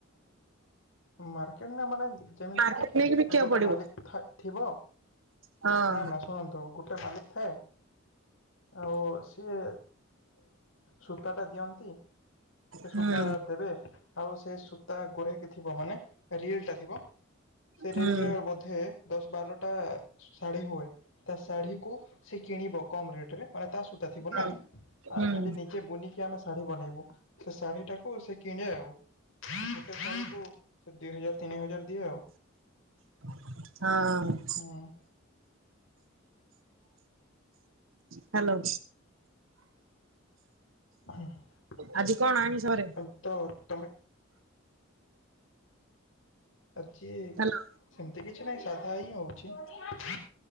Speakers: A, on the left; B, on the right.
A: ମାର୍କେଟ ନା ମାନେ ଯେମିତି
B: ମାର୍କେଟ
A: କି
B: ନେଇକି ବିକିବାକୁ
A: ଗୋଟେ
B: ପଡିବ।
A: ମାଲିକ ଥାଏ ଥିବ।
B: ହଁ
A: ନା ନା ଶୁଣନ୍ତୁ ଗୋଟେ ମାଲିକ ଥାଏ। ଆଉ ସିଏ ସୂତାଟା ଦିଅନ୍ତି। ସେ ସୂତା
B: ହୁଁ
A: ଦେବେ ଆଉ ସେ ସୂତା ଗୁରେଇକି ଥ ମାନେ ରିଲ ଟା ଥିବ ସେ
B: ହୁଁ
A: ରିଲ ରେ ବୋଧେ ଦଶ ବାରଟା ଶାଢ଼ୀ ହୁଏ। ତା ଶାଢୀକୁୁ ସେ କିଣିବ କମ ରେଟରେ ମାନେ ତା ସୂତା ଥିବ
B: ହଁ
A: ନା
B: ହୁଁ।
A: ଖାଲି ଯିଏ ବୁନିକି ଆମେ ଶାଢୀ ବନେଇବୁ ସେ ଶାଢୀ ଟାକୁ ସେ କିଣେ ଆଉ। ସେ ଦି ହଜାର ତିନି ହଜାର ଦିଏ ଆଉ।
B: ହଁ।
A: ହଁ।
B: ହ୍ୟାଲୋ।
A: <unintelligible>
B: ଆଜି କଣ ଆଇଁଷ ଘରେ?
A: ତମେ ଆଜିି।
B: ହ୍ୟାଲୋ
A: ସେମିତି କିଛି ନାହିଁ ସାଧା ହିଁ ହଉଛି।